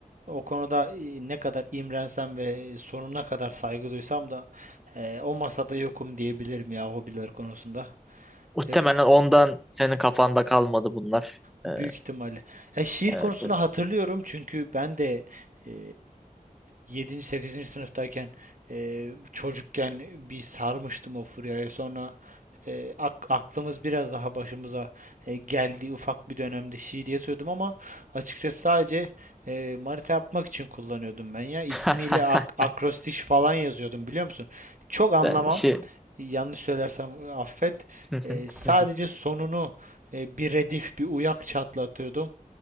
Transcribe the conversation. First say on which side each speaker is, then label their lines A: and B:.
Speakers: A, on the right (about 60°); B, in the centre.
A: o konuda e, ne kadar imrensem ve sonuna kadar saygı duysam da e, o masada yokum diyebilirim ya hobiler konusunda.
B: muhtemelen
A: E, b-
B: ondan senin kafanda kalmadı bunlar.
A: büyük
B: Ee,
A: ihtimalle. E, şiir
B: evet
A: konusunu
B: evet.
A: hatırlıyorum çünkü ben de e, 7. 8. sınıftayken e, çocukken bir sarmıştım o furyaya. Sonra e, ak- aklımız biraz daha başımıza e, geldi. Ufak bir dönemde şiir yazıyordum ama açıkçası sadece e, manita yapmak için kullanıyordum ben ya. İsmiyle
B: <laughs>
A: ak- akrostiş falan yazıyordum biliyor musun? Çok anlamam.
B: Ben işi
A: Yanlış söylersem affet.
B: <laughs>
A: E, sadece sonunu e, bir redif, bir uyak çatlatıyordum.